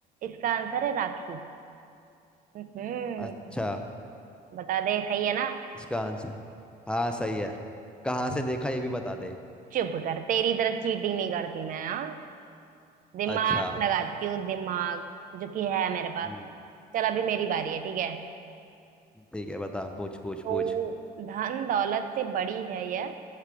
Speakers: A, on the right; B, in the centre.
A: इसका आंसर है राखी हम्म
B: अच्छा
A: बता दे सही है ना
B: इसका आंसर हाँ सही है कहाँ से देखा ये भी बता दे
A: चुप कर तेरी तरह चीटिंग नहीं करती मैं हाँ दिमाग
B: अच्छा
A: लगाती हूँ दिमाग जो कि है मेरे पास
B: हम्म
A: चल अभी मेरी बारी है ठीक है
B: ठीक है बता पूछ पूछ
A: तो
B: पूछ
A: धन दौलत से बड़ी है यह